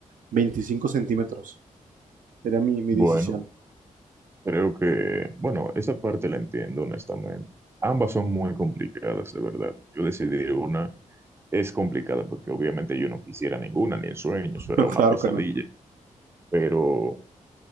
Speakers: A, on the right; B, on the right.
A: 25 centímetros. Sería mi, mi
B: Bueno,
A: decisión. <laughs>
B: creo que, bueno, esa parte la entiendo honestamente. Ambas son muy complicadas, de verdad. Yo decidí una es complicada porque obviamente yo no quisiera ninguna, ni en sueños, eso era
A: No, claro
B: una pesadilla.
A: que no.
B: Pero,